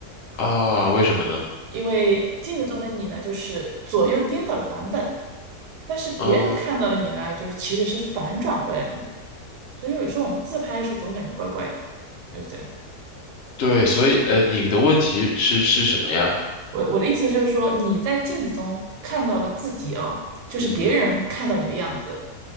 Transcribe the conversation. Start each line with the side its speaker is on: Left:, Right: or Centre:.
Left: 啊，为什么呢？
Right: 因为镜子中的你呢，就是左右颠倒的版本，但是别人看到的你呢，
Left: 嗯，
Right: 就是其实是反转回来的你，所以有时候我们自拍的时候总感觉怪怪的，就是这样。
Left: 对，所以呃，你的问题是是什么呀？
Right: 我我的意思就是说，你在镜子中看到的自己哦，就是别人看到你的样子，
Left: 嗯哼，